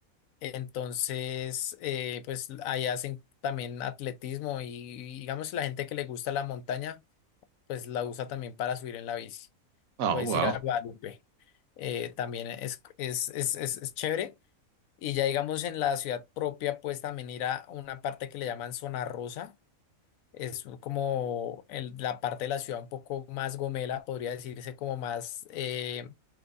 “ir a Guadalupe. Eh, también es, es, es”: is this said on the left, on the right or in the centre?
Left